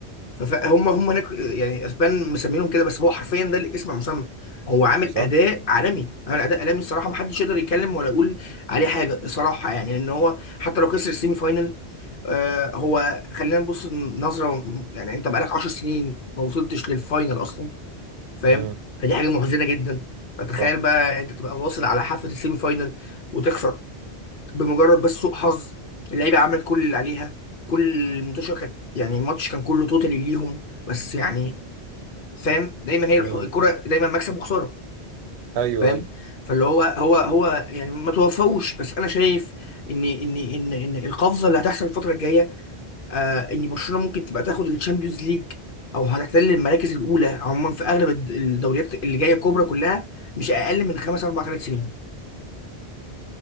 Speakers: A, on the left; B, on the right.
A: فهم هم هناك آه، يعني اسبان مسمينهم كده بس هو حرفيا ده الاسم المسمى هو عامل
B: صح
A: اداء عالمي عامل اداء عالمي الصراحه محدش يقدر يتكلم ولا يقول عليه حاجه الصراحه يعني ان هو حتى لو خسر السيمي فاينل آه، هو خلينا نبص نظرة يعني انت بقالك 10 سنين ما وصلتش للفاينل اصلا فاهم
B: امم
A: فدي حاجة محزنة جدا فتخيل
B: صح
A: بقى انت تبقى واصل على حافة السيمي فاينل وتخسر بمجرد بس سوء حظ اللعيبة عملت كل اللي عليها كل الماتش كانت يعني الماتش كان كله توتالي ليهم بس يعني فاهم دايما هي الح-
B: امم
A: الكرة دايما مكسب وخسارة
B: ايوه
A: فاهم
B: ايوه
A: فاللي هو هو هو يعني ما توفوش بس انا شايف ان ان ان ان القفزة اللي هتحصل الفترة الجاية آه ان برشلونه ممكن تبقى تاخد الشامبيونز ليج او هتحتل المراكز الاولى عموما في اغلب الد- الدوريات اللي جايه الكبرى كلها مش اقل من خمس اربع ثلاث سنين